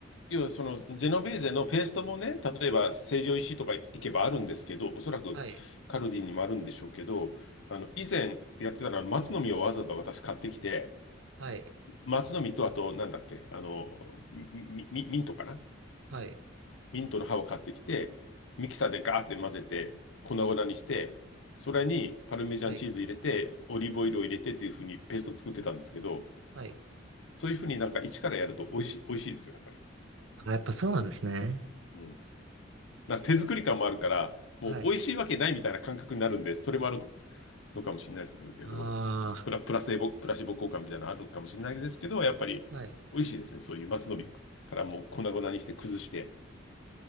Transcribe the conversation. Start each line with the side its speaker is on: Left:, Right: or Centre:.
Left: 要はそのジェノベーゼのペーストもね、例えば成城石井とか行けばあるんですけど、おそらくカルディにもあるんでしょうけど、
Right: はい。
Left: あの、以前やってたのは松の実をわざわざ私買ってきて、
Right: はい。
Left: 松の実と、あと、なんだっけ、あの、ミ、ミ、ミントかな
Right: はい。
Left: ミントの葉を買ってきて、ミキサーでガーって混ぜて、粉々にして、それにパルメジャンチーズ入れて、
Right: はい。
Left: オリーブオイルを入れてっていうふうにペースト作ってたんですけど、
Right: はい。
Left: そういうふうになんか一からやると美味しい、美味しいですよ、やっぱり。
Right: あ、やっぱそうなんですね。
Left: うんなんか手作り感もあるから、もう美味しいわけないみたいな感覚になるんで、
Right: はい。
Left: それもあるのかもしれないですけど、
Right: あ
Left: プラ、プラセボ、プラシボ効果みたいなのあるかもしれないですけど、やっぱり美味しいですね。
Right: あ、はい。
Left: そういう松の実からもう粉々にして崩して、